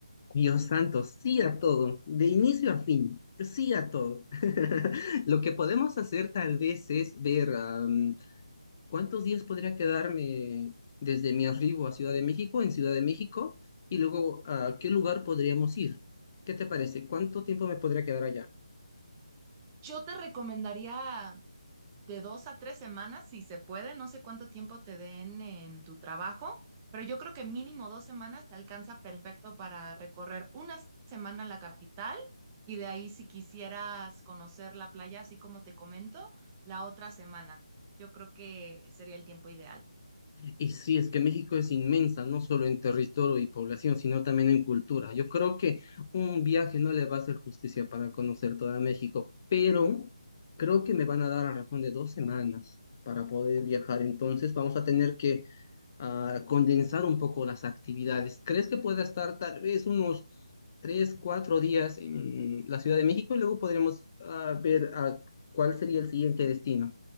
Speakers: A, on the left (about 30°); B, on the right (about 20°).
A: Dios santo, sí a todo, de inicio a fin, sí a todo. <laughs> Lo que podemos hacer tal vez es ver am, cuántos días podría quedarme desde mi arribo a Ciudad de México, en Ciudad de México, y luego a qué lugar podríamos ir. ¿Qué te parece? ¿Cuánto tiempo me podría quedar allá?
B: Yo te recomendaría de dos a tres semanas, si se puede, no sé cuánto tiempo te den en tu trabajo, pero yo creo que mínimo dos semanas te alcanza perfecto para recorrer una semana la capital y de ahí si quisieras conocer la playa, así como te comento, la otra semana. Yo creo que sería el tiempo ideal.
A: Y sí, es que México es inmensa, no solo en territorio y población, sino también en cultura. Yo creo que un viaje no le va a hacer justicia para conocer toda México, pero creo que me van a dar a razón de dos semanas para poder viajar. Entonces vamos a tener que ah, condensar un poco las actividades. ¿Crees que pueda estar tal vez unos tres, cuatro días en la Ciudad de México y luego podremos ah, ver ah, cuál sería el siguiente destino?